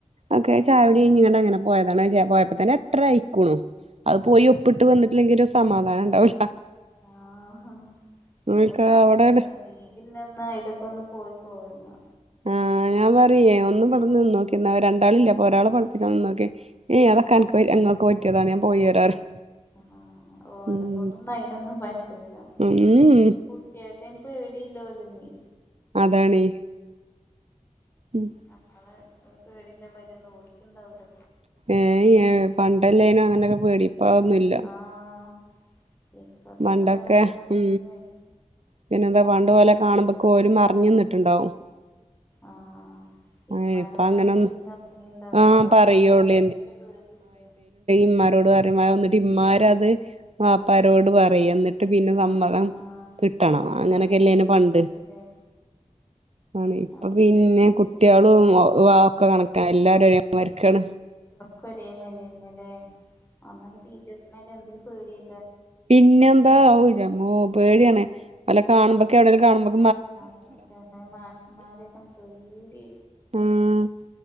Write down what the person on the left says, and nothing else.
ആഹ്
ഉം
ആഹ് ഹാ ഇവടെക്കെ
അങ്ങത്തന്നെ
ടീവിള്ളന്ന് അയിലൊക്കൊന്ന് പോയി പോര്ണാ
ഉം
ആഹ് ആഹ് ഓലക്കൊണ്ടൊന്നും
അയിനൊന്നും പറ്റൂല്ലാ
കുട്ട്യേക്കൈന് പേടിയില്ലാ ഓലെന്നേ
നമ്മളെ പേടില്ല മരയൊന്നുംോലിച്ചുണ്ടാവല്ലോ
ആഹ് ഇപ്പത്തെ
കുട്ടികളൊക്കെ കമ്പനി
ആയി
ആഹ തിമാരോടാണ്
പിന്നെ കമ്പനി ഉണ്ടാവ
വാപ്പാരൊക്കെ
ഭയങ്കര പേ
ആഹ് ആഹ് ശരിയാണ്
ഞമ്മളൊക്കെ
ചെറുപ്പത്തിലല്ലേ
അതന്നെ
കൊരേ മരന്നല്ലേ അന്നൊക്കെ ബീറ്റേഴസിനൊക്കെ എന്തേലും പേടിയ
അതെല്ല മാഷന്മാരൊക്കെ പേടി